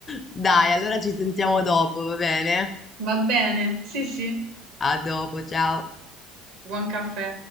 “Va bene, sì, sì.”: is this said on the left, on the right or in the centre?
Right